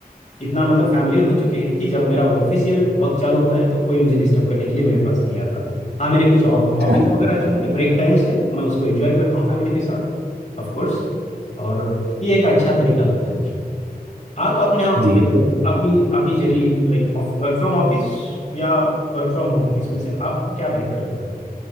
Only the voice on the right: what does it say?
<laughs>
जी तो